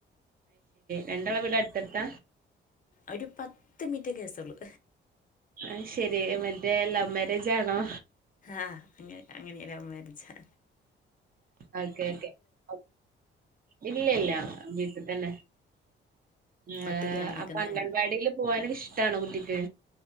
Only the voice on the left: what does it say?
ഒരു പത്ത് മിനറ്റ കേസൊള്ളു
ആ അ അങ്ങനെലൗമേരേജാ
ഒറ്റയ്ക്കാണോ നിൽക്കുന്നത്